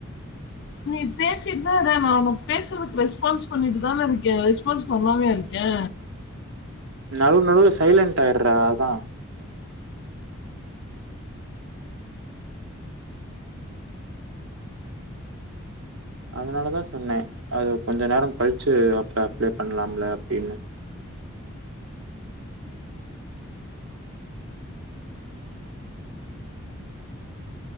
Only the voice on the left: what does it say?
நீ பேசிட்தா இரே நா உன்ன பேசுறதுக்கு ரெஸ்பான்ஸ் பண்ணிட்டு தானே இருக்கே ரெஸ்பான்ஸ் பண்ணாமயா இருக்கே